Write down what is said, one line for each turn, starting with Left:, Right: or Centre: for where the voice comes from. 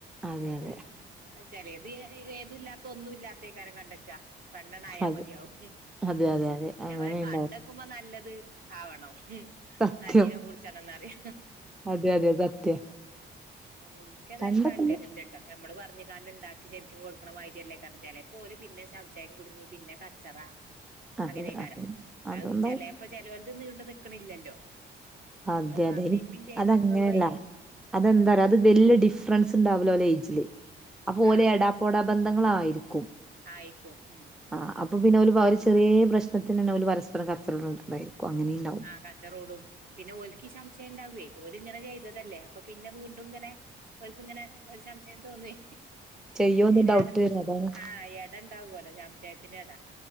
Centre: അതെ
Right: അത്
Centre: അതെ
Right: ചിലേത് ഏതുല്ലാത്തെ ഒന്നു ല്ലാത്തയ്ക്കാരം കണ്ടക്ക പെണ്ണണ്ട് ആയാൽ
Centre: അതെ
Right: മതിയാവും
Centre: അതെ അതെ അതെ
Right: ഞാന്
Centre: അങ്ങനെണ്ടാവും
Right: പറയാ കണ്ടക്ക കണ്ടക്കുമ്പോ നല്ലത് ആവണം ഹും
Centre: സത്യം
Right: നല്ലീനെ പുട്ച്ചണംന്നറിം
Centre: അതെ അതെ സത്യാ
Right: ആഹ് ഇനിക്കേതായാലും
Centre: കണ്ടെത്തുമ്പോ
Right: താല്പര്യല്ലട്ടോ ഹ ഞമ്മള് പറഞ്ഞ്കാണ്ട്ണ്ടാക്കി ശരിക്കും പിന്നെ കൊടുക്കണ മാരിഅല്ലേയ്ക്കാരം ചെലേപ്പോല് പിന്നെ ശംശയം കുടുങ്ങി പിന്നെ കച്ചറ
Centre: അതെ
Right: അങ്ങനെക്കാരം
Centre: അതെ അതുണ്ടാവും
Right: അത് ചേലേപ്പോ ചേലോൽത് നീണ്ട് നിക്ക്ണില്ലല്ലോ
Centre: അതെ
Right: അമ്മള് വാപ്പീമ്മീം
Centre: അതെ ഇനി
Right: ചെയ്ത്
Centre: അതങ്ങനെയല്ല
Right: കൊടുക്കണ മായ്രി
Centre: അതെന്താറിയോ അത് വല്ല്യ ഡിഫറൻസ്ണ്ടാവൂല്ല ഓലേജില് അപ്പൊ ഓൽ
Right: ആഹ്
Centre: എടാ പോടാ ബന്ധങ്ങളായിരിക്കും
Right: ആയിക്കു ഉം
Centre: ആഹ് അപ്പ പിന്നെ അവല് വളരേ ചെറിയേ പ്രശ്നത്തിനന്നെ ഓല് പരസ്പരം കച്ചറ ഉണ്ടായിരിക്കും അങ്ങനേണ്ടാവും
Right: ആഹ് കച്ചറ കൂടും പിന്നെ ഓല്ക്ക് ശംശയണ്ടാവുവേ ഓലിങ്ങനെ ചെയ്തതല്ലേ പ്പ പിന്നെ വീണ്ടുങ്ങനെ ഓൽക്ക്ങ്ങനെ ഒരു ശംശയം തോന്നുവേ
Centre: ചെയ്യോന്ന്
Right: അയിനെട
Centre: ഡൗട്ട് വരും അതാണ്
Right: ആഹ് എടണ്ടാവല്ലോ ശംശയത്തിനെട